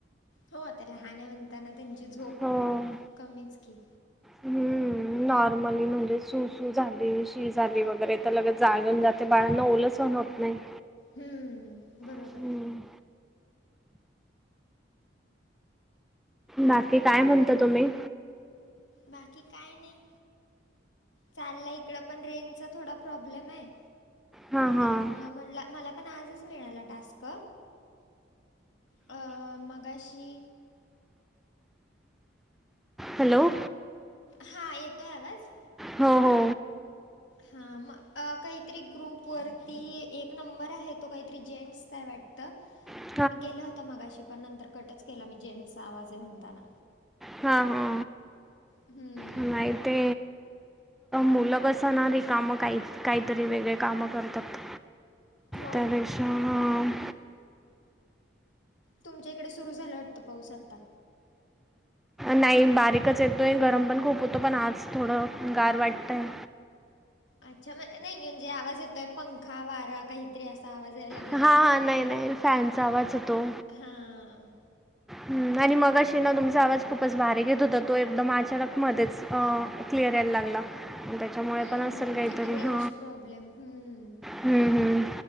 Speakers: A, on the left; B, in the centre.
A: हो आता लहान आहे म्हणताना त्यांची झोप
B: हो
A: कमीच की.
B: हम्म, नॉर्मली म्हणजे सुू सुू झाली शी झाली वगैरें तरं लगे जागं येऊन जाते बाळंना ओल सहण होतं नाहीं नाही.
A: हम्मं बरोबर
B: हम्म,
A: आहे
B: बाकी कायं म्हणतां तुम्हीं
A: बाकी काय नाइ. चाललं इकडं पणं रेनचा थोडा प्रॉब्लेम आहे
B: हां हां.
A: त्यामुळं म्हटलं मला पण आजच मिळाला टास्क अ मगाशी.
B: हॅलो
A: हा येतोय आवाज.
B: हो हो.
A: हा मग काहीतरी ग्रुप वरती एक नंबर आहे तो काहीतरी जेट्सचा आहे वाटतं.
B: ह <unintelligible>
A: मी केला होता मगाशी पण नंतर कटच केला मी जेट्सचा आवाज आहे म्हणताना.
B: हा हा
A: हम्म
B: नाही ते.. मुलं बसांण रिकामं कांहीं कांहीतरी वेगळेच कामं करतात
A: हो
B: त्यां
A: ना
B: पेक्षा हम्मं
A: तुमच्या इकडे सुरु झाला वाटतं पाऊस आता.
B: नाहीं बारीकचं येतोय गरम पणं खूप होतो पणं आज थोडं गार वाटतंय
A: अच्छा म नाही म्हणजे आवाज येतोय पंखा वारा काहीतरी अस. आवाज यायलाग.
B: हा हा नाही नाही फॅनचा आवाजय तो.
A: हां
B: हम्मं आणि मगं अशी नां तुमचां आवाज खूपचं बारीक येतं होता तो एकदंम अचानक मध्येचं अ क्लिअर यायला लागला त्याच्यामुळे
A: हम्म,
B: पण असेल
A: हम्म.
B: काहीतरी,
A: नाही रेंज
B: ह.
A: प्रॉब्लेम हम्म.
B: हम हम